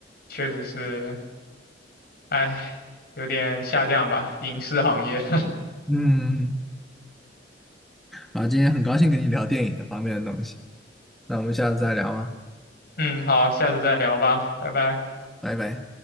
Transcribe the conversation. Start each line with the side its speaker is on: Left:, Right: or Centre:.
Left: 确实是，哎，有点下降吧，影视行业。<laughs>
Centre: 嗯，然后今天很高兴跟你聊电影这方面的东西，那我们下次再聊吧，
Left: 嗯，好，下次再聊吧，拜拜。
Centre: 拜拜。